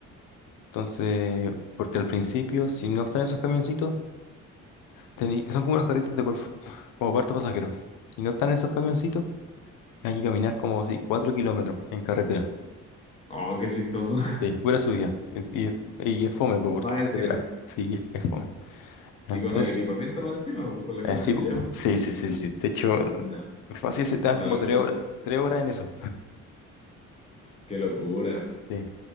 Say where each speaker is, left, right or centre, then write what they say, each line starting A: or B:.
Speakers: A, on the left; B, on the left.
A: Entonces, porque al principio, si no están esos camioncitos, tení- son como los carritos de golf, <laughs> como cuarto pasajero. Si no están esos camioncitos, Hay que caminar como así, cuatro kilómetros en carretera.
B: Oh, qué chistoso. <laughs>
A: Sí, pura subida. Eh, Y, es- y es fome, po, porque
B: Más
A: es
B: encima.
A: carretera. Sí, es, es fome. Entonces,
B: Y con el equipamiento más encima, pues, con las
A: eh,
B: cosas
A: sí,
B: que
A: po.
B: llevamos.
A: sí, sí, sí, sí. De hecho,
B: No,
A: fácil se te dan
B: una
A: como
B: locura,
A: tres horas, tres horas en eso.
B: qué locura.
A: Sí.